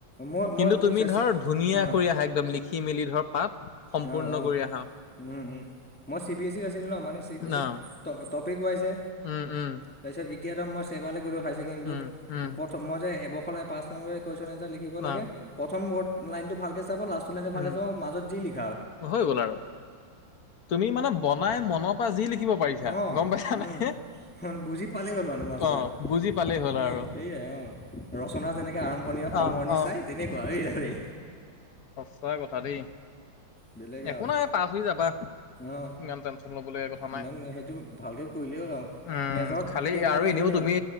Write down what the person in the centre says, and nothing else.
মই
মই বুজিছা
চি
অ',
অ', অ',
উম, উম, মই চি বি এছ ইত আছিলোঁ ন, মানে, চি বি এছ ইত
ট টপ। কোৱা যে
তাৰপাছত এতিয়া ছেবালৈ গ'লো, হাইছেকেণ্ডটো
অৰ্থৎ মই যে এবশ <unintelligible> পাছ নম্বৰি কুৱেছন এন্সাৰ লিখিব লাগে।
প্ৰথম বৰ্ড লাইনটো ভালকে। চাব, লাষ্ট লাইনটো ভালকৈ
চাব, মাজত যি লিখ।
অ',
উম,
<unintelligible> বুজি পালেই হ'ল মানে মাষ্টৰে
সেইয়ে
সেইয়ে, অ'। ৰচনা যেনেকৈ আৰম্ভণি,
সামৰণি
চাই, তেনেকুৱা এইদৰে।
বেলেগ
আৰু
অ
ইমান সেইটো ভালকৈ কৰিলেই হ'ল আৰু
মেজৰত
বেগ
নালাগিলেই
হ'ল